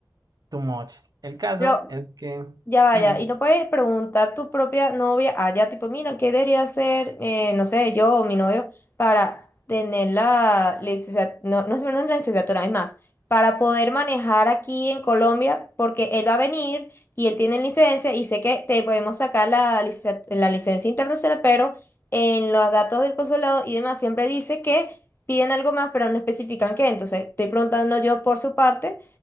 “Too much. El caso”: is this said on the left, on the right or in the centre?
Right